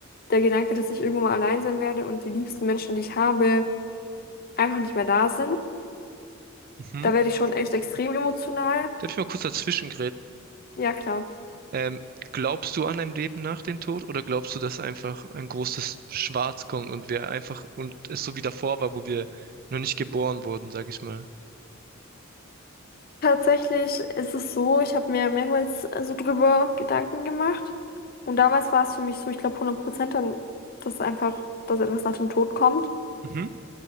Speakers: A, on the left (about 45°); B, on the right (about 45°).
A: Der Gedanke, dass ich irgendwann mal allein sein werde und die liebsten Menschen, die ich habe, einfach nicht mehr da sind.
B: mhm.
A: Da werde ich schon echt extrem emotional.
B: Darf ich mal kurz dazwischen
A: Ja, klar.
B: Ähm, glaubst du an ein Leben nach dem Tod oder glaubst du, dass einfach ein großes Schwarz kommt und wir einfach und es so wie davor war, wo wir noch nicht geboren wurden, sag ich mal?
A: Tatsächlich ist es so, ich habe mir mehrmals äh, so drüber Gedanken gemacht. Und damals war es für mich so, ich glaube 100% dann, dass einfach, dass etwas nach dem Tod kommt.
B: Mhm,